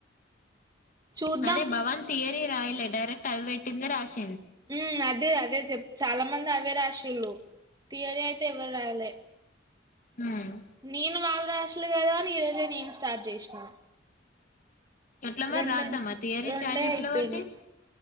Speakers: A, on the right (about 20°); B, on the left (about 45°).
A: చూద్దాం
B: అదే భవాన్ థీయరీ రాయిలే డైరక్ట్ అది పెట్టిందె రాశి
A: మ్మ్ అదే అదే చెప్ చాలా మంది అవే రాసీళ్ళు థీయరీ అయితే ఎవరు రయాలే
B: ఉమ్
A: నేను వాళ్ళు రాసీలు కదా అని ఈ రోజే నేను స్టార్ట్ జేసిన
B: ఎట్లా మరి
A: రెండే
B: రాద్దామా థియరీ
A: రెండే
B: చాట్ జీపీటీలో
A: అయిపోయినీ
B: కొట్టి